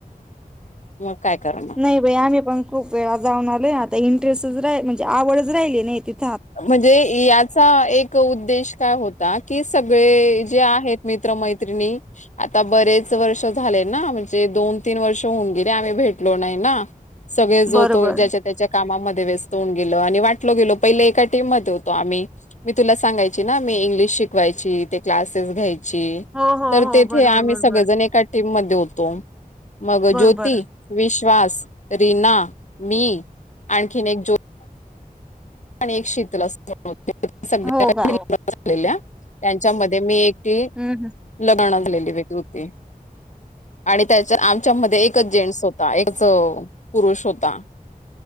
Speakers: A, on the left; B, in the centre.
A: मग काय करणार
B: नाही बाई आम्ही पण खूप वेळा जाऊन आलेय आता इंटरेस्टच रा म्हणजे आवडच राहिली नाही तिथ
A: म्हणजे याचा एक उद्देश काय होता की सगळे जे आहेत. मित्र मैत्रिणी आता बरेच वर्ष झाले ना म्हणजे दोन तीन वर्ष होऊन गेले आम्ही, भेटलो नाही ना, सगळे जोतो
B: बरोबर.
A: ज्याच्या त्याच्या कामामध्ये व्यस्त होऊन गेल आणि वाटल गेलो पहिले. होतो मी तुला सांगाय ना मी इंग्लिश शिकवायची ते क्लासेस घ्याय
B: हो हो
A: तर
B: हो
A: तेथे
B: बरोबर
A: आम्ही
B: बरोबर.
A: सगळे जण एका टीम मधे ठेवतो, मग
B: बरोबर
A: ज्योती, विश्वास, रीना मी आणखीन एक जो आणि एक शीतल अस <unintelligible> सगळ्या
B: हो का
A: ट्रीपला आलेल्या त्या त्याच्यामध्ये मी एकटी
B: हम्म
A: लग्न झालेली <unintelligible> होती. आणि त्याच्या आमच्या मध्ये एकच जेंट्स होत एकच पुरुष होता,